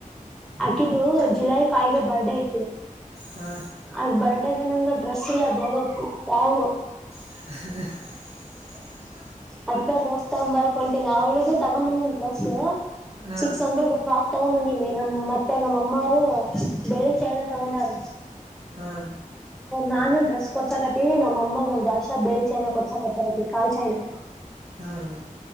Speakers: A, in the centre; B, on the right (about 50°).
A: ಆಕಿದ್ದು ಜುಲೈ ಫೈ್ಗೆ ಬರ್ಡೇ ಐತಿ
B: ಹಾ
A: ಅ ಬರ್ಡಗೆ ನಂಗ ಡ್ರೆಸ್ ಎಲ್ಲ ಬೇರೆ ತತ್ತು ಯಾವ
B: ಹ.
A: ಅದ್ ಕಡೆ ರೋಸ್ತಂಬರ್ಕೊಂಂತೀನಿ ಅವಳಿಗ. ತಗಂಬನ್ನಿ್ರಸ್
B: ಹಾಂ
A: ಸಿಕ್ಸ್ ಹಂಡ್ರೆಡ್. ತಗೊ ಬಂದೀನಿ ನಮ್ ಮತ್ತೆ ನಮ್ಮ ಅಮ್ಮ ಅವರು ಬೆಳ್ಳಿ ಚಾಯನ ತಗೊಂಡಾರ.
B: ಹಾ.
A: ನಾನು ಡ್ರೆಸ್ ಕೊಡ್ಸಾಕತ ನಮ್ಮಅಮ್ಮ ನಮ್ಮ್ಾಷಾ ಬೆಳಿ ಚಾಯನಾ ಕೊಡ್ಸಕತ್ತರಕಿ ಕಾಲ್ ಚೈನಾ.
B: ಹೌದು